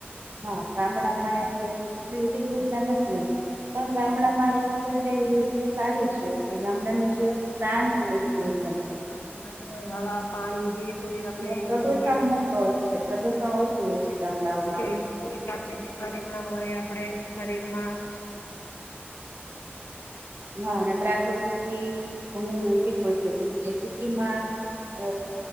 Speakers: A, on the right; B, on the left.
A: હા ગામડામાં એટલે એટલી બધી સુવિધા નથી એમ, પણ ગામડામાં
B: હા,
A: એ એટલે જે એ સારું છે કે ગામડાનું
B: હવા
A: જીવન
B: પાણી
A: શાંત હોય છે
B: હા
A: એકદમ
B: હા, હવા પાણી જે કોઈ આપડે
A: અને પ્રદુષણ
B: મળી
A: મુક્ત હોય છે પ્રદુષણ ઓછું હોય છે ગામડાઓમાં
B: હોય કોઈ કોઈ જાતની બીમારી ના હોય આપડે શરીરમાં
A: હા અને પ્રાકૃતિ થી, ઘણું નજીક હોય છે જેમાં અ